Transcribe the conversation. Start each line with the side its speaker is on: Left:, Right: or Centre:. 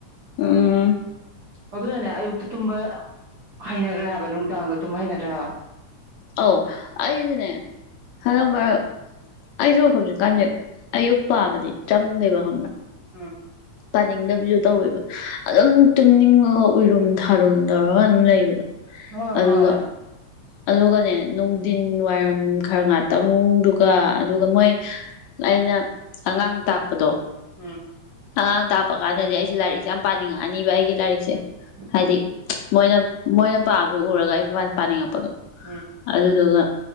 Left: ꯎꯝ
Right: ꯑꯗꯨꯅꯅꯦ ꯑꯌꯨꯛꯇ ꯇꯨꯝꯕ ꯍꯩꯅꯈ꯭ꯔꯦ ꯍꯥꯏꯕ ꯅꯨꯡꯗꯥꯡꯗ ꯇꯨꯝꯕ ꯍꯩꯅꯗ꯭ꯔꯦ ꯍꯥꯏꯕ
Left: ꯑꯧ ꯑꯩꯁꯨꯅꯦ ꯍꯟꯗꯛ ꯃꯔꯛ ꯑꯩꯁꯨ ꯍꯧꯖꯤꯛꯀꯥꯟꯁꯦ ꯑꯌꯨꯛ ꯄꯥꯕꯗꯤ ꯆꯪꯗꯦꯕ ꯈꯪꯕ꯭ꯔꯥ
Right: ꯎꯝ
Left: ꯄꯥꯅꯤꯡꯗꯕꯁꯨ ꯇꯧꯋꯦꯕ ꯑꯗꯨꯝ ꯇꯨꯝꯅꯤꯡꯉꯒ ꯎꯔꯨꯝ ꯊꯥꯔꯨꯝ ꯇꯧꯔꯒ ꯑꯗꯨꯝ ꯂꯩꯕꯗꯣ
Right: ꯍꯣꯏ
Left: ꯑꯗꯨꯒ
Right: ꯍꯣꯏ
Left: ꯑꯗꯨꯒꯅꯦ ꯅꯨꯡꯊꯤꯟ ꯋꯥꯏꯔꯝ ꯈꯔ ꯉꯥꯛꯇꯪꯗꯨꯒ ꯑꯗꯨꯒ ꯃꯣꯏ ꯑꯩꯅ ꯑꯉꯥꯡ ꯇꯥꯛꯄꯗꯣ
Right: ꯎꯝ
Left: ꯑꯉꯥꯡ ꯇꯥꯛꯄ ꯀꯥꯟꯗꯗꯤ ꯑꯩꯁꯦ ꯂꯥꯏꯔꯤꯛꯁꯦ ꯌꯥꯝ ꯄꯥꯅꯤꯡꯉꯛꯑꯅꯤꯕ ꯑꯩꯒꯤ ꯂꯥꯏꯔꯤꯛꯁꯦ
Right: ꯍꯝ
Left: ꯍꯥꯏꯗꯤ ꯃꯣꯏꯅ ꯃꯣꯏꯅ ꯄꯥꯕꯗꯨ ꯎꯔꯒ ꯑꯩ ꯁꯨꯃꯥꯏꯅ ꯄꯥꯅꯤꯡꯉꯛꯄ
Right: ꯎꯝ
Left: ꯑꯗꯨꯗꯨꯒ